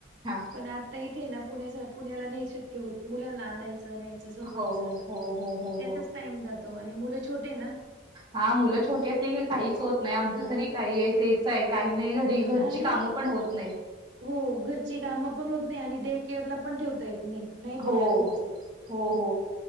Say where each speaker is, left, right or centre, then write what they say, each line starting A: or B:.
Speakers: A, on the right; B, on the right.
A: हा
B: पण आता इथे ना पुण्याचा पुण्याला नाही शक्य होत मुलांना आणायचं न्यायचं. सोडवायच
A: हो,
B: त्यातच
A: हो, हो, हो, हो.
B: टाइम जातो. आणि मुलं छोटे आहे ना.
A: हा मुलं छोटी असली की काहीच होत नाही. आमचं
B: हा
A: तरी काही आहे तेच आहे काही नाही घरी. घरची
B: आणि
A: कामं पण होत नाहीत.
B: हो घरची कामं पण होत नाही आणि डे केअर ला पण ठेवता येत नाही. नाही
A: हो.
B: बोलता घरचे.
A: हो, हो.